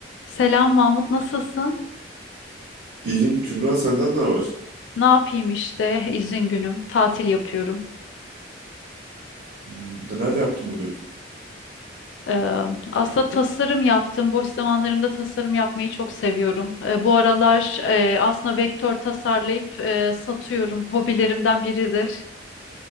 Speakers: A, on the left (about 70°); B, on the right (about 55°).
A: Selam Mahmut, nasılsın?
B: İyiyim. Kübra senden ne haber?
A: Ne yapayım işte, izin günüm, tatil yapıyorum.
B: Hmm, neler yaptın bugün?
A: Ee, aslında tasarım yaptım. Boş zamanlarımda tasarım yapmayı çok seviyorum. Ee, bu aralar e, aslında vektör tasarlayıp e, satıyorum. Hobilerimden biridir.